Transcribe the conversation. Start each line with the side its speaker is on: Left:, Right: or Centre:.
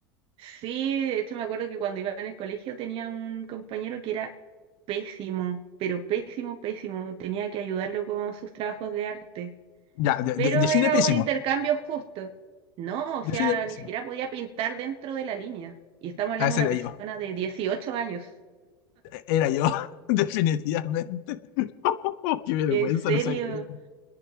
Right: sí, de hecho me acuerdo que cuando iba en el colegio tenía un compañero que era pésimo, pero pésimo, pésimo. Tenía que ayudarlo con sus trabajos de arte.
Left: Ya, de,
Right: pero
Left: de- define
Right: era
Left: pésimo.
Right: un intercambio justo. No, o
Left: Define
Right: sea,
Left: pésimo.
Right: ni siquiera podía pintar dentro de la línea. Y estamos hablando
Left: Ah, ese
Right: de una
Left: era
Right: persona
Left: yo.
Right: de dieciocho años.
Left: Era yo, <laughs> definitivamente. Oh, qué vergüenza,
Right: En serio.
Left: no soy el único.